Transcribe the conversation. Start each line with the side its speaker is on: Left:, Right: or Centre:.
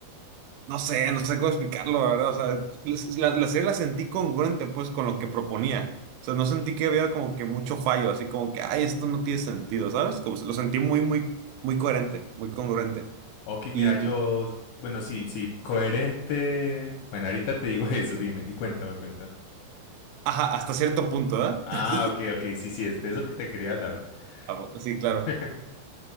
Right: No sé, no sé cómo explicarlo, la verdad. O sea, les- la, la serie la sentí congruente, pues, con lo que proponía. O sea, no sentí que había como que mucho fallo, así como que, ay, esto no tiene sentido, ¿sabes? Como se- lo sentí muy, muy, muy coherente, muy congruente.
Left: Ok,
Right: Y,
Left: mira, yo, bueno, sí, sí, coherente. Bueno, ahorita te digo <laughs> eso, dime, y cuéntame, cuéntame.
Right: ajá, hasta cierto punto, ¿verdad?
Left: Ah,
Right: <laughs>
Left: ok, ok, sí, sí, es de eso que te quería hablar.
Right: Ah, bu- Sí, claro.
Left: <laughs>